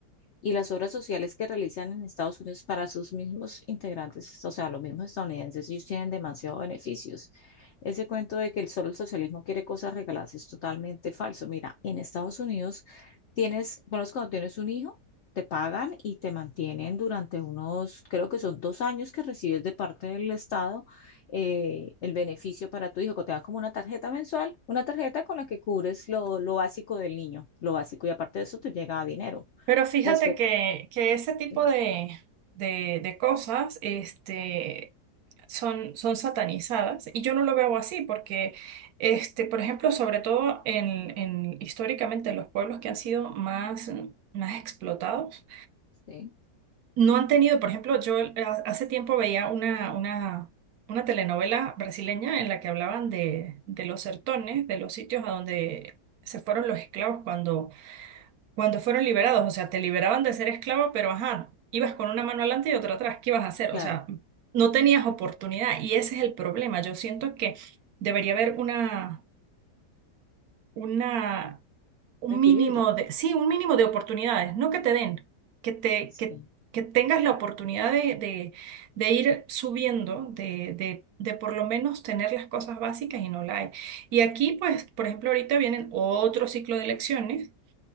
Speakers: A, on the left; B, on the right.
A: y las obras sociales que realizan en Estados Unidos para sus mismos integrantes, o sea, los mismos estadounidenses, ellos tienen demasiados beneficios. Ese cuento de que el solo el socialismo quiere cosas regaladas es totalmente falso. Mira, en Estados Unidos tienes, bueno, es cuando tienes un hijo, te pagan y te mantienen durante unos, creo que son dos años que recibes de parte del Estado eh, el beneficio para tu hijo, que te dan como una tarjeta mensual, una tarjeta con la que cubres lo, lo básico del niño, lo básico, y aparte de eso te llega dinero.
B: pero fíjate
A: Las,
B: que, que ese tipo
A: Sí,
B: de, de, de cosas este, son, son satanizadas y yo no lo veo así porque, este, por ejemplo, sobre todo en, en históricamente los pueblos que han sido más, más explotados,
A: sí,
B: no han tenido, por ejemplo, yo eh, hace tiempo veía una, una, una telenovela brasileña en la que hablaban de, de los sertones, de los sitios a donde se fueron los esclavos cuando Cuando fueron liberados, o sea, te liberaban de ser esclavo, pero ajá, ibas con una mano adelante y otra atrás, ¿qué ibas a hacer?
A: claro,
B: O sea, no tenías oportunidad y ese es el problema. Yo siento que debería haber una, una, un
A: un equilibrio.
B: mínimo de, sí, un mínimo de oportunidades, no que te den, que te,
A: Sí,
B: que, que tengas la oportunidad de, de, de ir subiendo, de, de, de por lo menos tener las cosas básicas y no la hay. Y aquí, pues, por ejemplo, ahorita vienen otro ciclo de elecciones